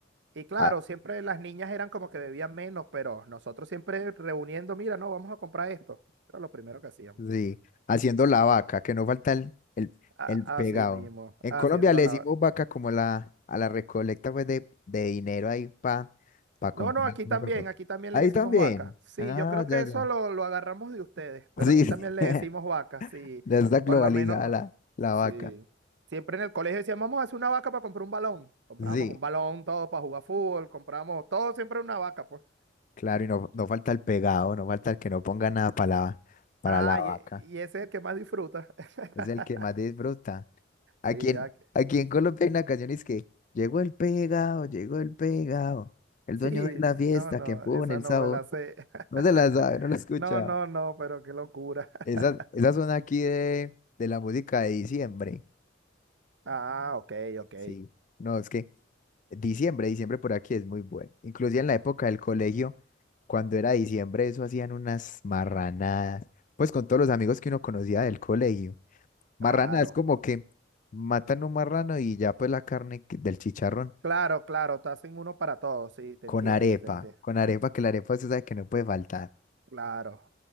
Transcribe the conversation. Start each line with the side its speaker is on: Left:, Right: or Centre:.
Right: Y claro,
Left: ah,
Right: siempre las niñas eran como que bebían menos, pero nosotros siempre reuniendo, mira, no, vamos a comprar esto. Era lo primero que hacíamos.
Left: sí, haciendo la vaca, que no falta el, el,
Right: A-
Left: el pegado.
Right: Así mismo,
Left: En
Right: haciendo
Left: Colombia le
Right: la,
Left: decimos vaca como la, a la recolecta pues, de, de dinero ahí para para
Right: No,
Left: comprar
Right: no, aquí
Left: una
Right: también,
Left: Coca-Cola.
Right: aquí también
Left: Ahí
Right: le decimos
Left: también.
Right: vaca. Sí,
Left: Ah,
Right: yo creo que
Left: ya,
Right: eso
Left: ya.
Right: lo, lo agarramos de ustedes, pero
Left: Sí,
Right: aquí
Left: sí.
Right: también le
Left: <laughs>
Right: decimos vaca, sí.
Left: ya está globalizada
Right: Por lo menos,
Left: la, la
Right: sí.
Left: vaca.
Right: Siempre en el colegio decíamos, vamos a hacer una vaca para comprar un balón. Comprábamos
Left: Sí,
Right: un balón, todo para jugar fútbol, compramos todo, siempre una vaca, pues.
Left: claro, y no, no falta el pegado, no falta el que no ponga nada para la, para
Right: Ah,
Left: la vaca.
Right: y, y ese es el que más disfruta. <laughs>
Left: Es el que más disfruta. Aquí
Right: Sí,
Left: en,
Right: ah, que-
Left: aquí en Colombia hay una canción es que llegó el pegado, llegó el pegado, el
Right: sí,
Left: dueño de la fiesta
Right: no, no,
Left: que pone
Right: esa
Left: el
Right: no
Left: sabor.
Right: me la sé. <laughs>
Left: No se la sabe, no la escucha.
Right: No, no, no, pero qué locura. <laughs>
Left: Esa, esa zona aquí de, de la música de diciembre.
Right: Ah, ok, ok,
Left: Sí, no, es que Diciembre, diciembre por aquí es muy bueno. Inclusive en la época del colegio, cuando era diciembre, eso hacían unas marranadas, pues con todos los amigos que uno conocía del colegio.
Right: claro.
Left: Marranadas como que matan un marrano y ya pues la carne que- del chicharrón
Right: Claro, claro, te hacen uno para todos, sí, te
Left: con
Right: entiendo,
Left: arepa,
Right: te entiendo.
Left: con arepa, que la arepa usted sabe que no puede faltar.
Right: Claro,